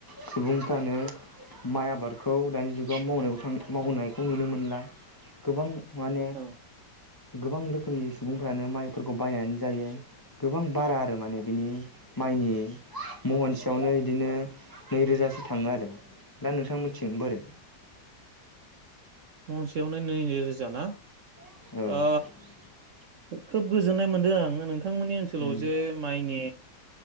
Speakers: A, on the left; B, on the right.
A: सुबुंफ्रानो माइ आबादखौ दानि जुगाव मावनायां मावनायखौ नुनो मोनला गोबां माने
B: औ
A: गोबां रोखोमनि सुबुंफ्रानो माइफोरखौ बायनानै जायो गोबां बारा आरो माने बिनि माइनि महनसेयावनो बिदिनो नैरोजासो थाङो आरो दा नोंथां मिननिथिं बोरै?
B: महसेयावनो नैरोजा ना।
A: औ
B: ओ खोब गोजोननाय मोनदों आं नोंथांमोननि ओनसोलाव
A: उम
B: जे माइनि